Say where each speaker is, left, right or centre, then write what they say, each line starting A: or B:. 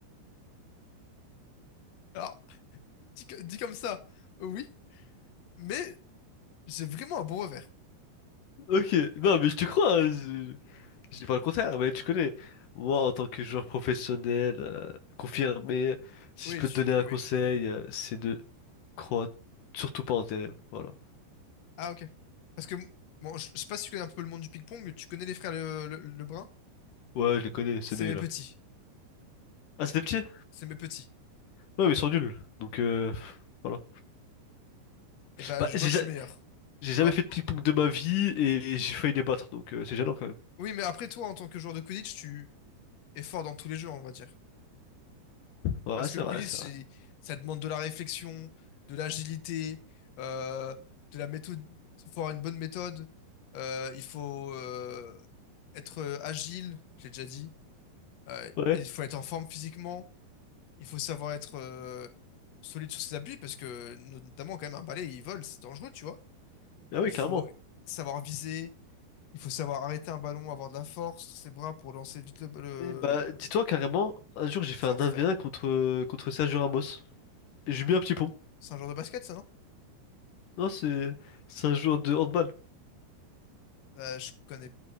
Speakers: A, on the left (about 85°); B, on the left (about 70°).
A: alors, dit, co- dit comme ça, oui, mais j'ai vraiment un bon revers.
B: Ok, non, mais je te crois, hein, Je... je dis pas le contraire, mais tu connais. Moi, en tant que joueur professionnel, euh, confirmé, si
A: Oui,
B: je peux
A: tu,
B: te donner un conseil,
A: oui.
B: euh, c'est de croire surtout pas en tes rêves, voilà.
A: Ah, ok. Parce que, bon, je je sais pas si tu connais un peu le monde du ping-pong, tu connais les frères Le- Le- Lebrun?
B: Ouais, je les connais, ces
A: C'est
B: deux-là.
A: mes petits.
B: Ah, c'était petit?
A: C'est mes petits.
B: Ouais, mais ils sont nuls, donc euh, pff, voilà.
A: Et ben,
B: Bah,
A: je-
B: j'ai
A: moi, je
B: ja-
A: suis meilleur.
B: j'ai
A: Tu
B: jamais
A: vois?
B: fait de ping-pong de ma vie, et j'ai failli les battre, donc euh, c'est gênant, quand même.
A: Oui, mais après, toi, en tant que joueur de Quidditch, tu es fort dans tous les jeux, on va dire.
B: Ouais,
A: Parce
B: c'est
A: que le
B: vrai,
A: Quidditch,
B: c'est
A: c'est-
B: vrai.
A: ça demande de la réflexion, de l'agilité, euh, de la méthode. Il faut avoir une bonne méthode. euh, il faut euh, être euh, agile, j'ai déjà dit. euh,
B: Ouais,
A: et il faut être en forme physiquement. Il faut savoir être euh, solide sur ses appuis parce que no- notamment quand même un balai, il vole, c'est dangereux, tu vois.
B: ah oui,
A: Il
B: clairement.
A: faut savoir viser, il faut savoir arrêter un ballon, avoir de la force sur ses bras pour lancer vite le, le,
B: Et bah,
A: le-
B: dis-toi, carrément, un jour, j'ai fait
A: savoir
B: un 1v1
A: tout faire.
B: contre, contre Sergio Ramos. J'ai mis un petit pont.
A: C'est un genre de basket, ça, non?
B: Non, c'est c'est un joueur de handball.
A: Euh, je connais